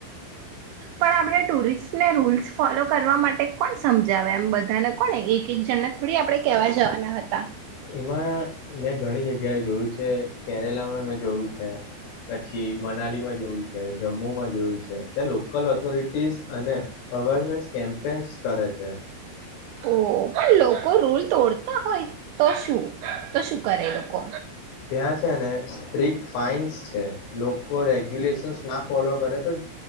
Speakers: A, on the right (about 80°); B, on the left (about 70°).
A: પણ આપણે ટુરિસ્ટને રૂલ્સ ફોલો કરવા માટે કોણ સમજાવે એમ બધાને કોને એક એક જણ થોડી આપણે કેહેવા જવાના હતા
B: એમાં મેં ઘણી જગ્યાએ જોયું છે કેરેલામાં મેં જોયું છે પછી મનાલીમાં જોયું છે જમ્મુ માં જોયું છે ત્યા લોકલ ઓથોરિટીસ અને અવેરનેસ કેમ્પેન્સ કરે છે
A: ઓ પણ લોકો રૂલ તોડતા હોય તો શું તો શું કરે લોકો
B: ત્યાં છે ને સ્ટ્રિક્ટ ફાાઈન્સ છે લોકો રેગ્યુલેશનસ ના ફોલો કરે તો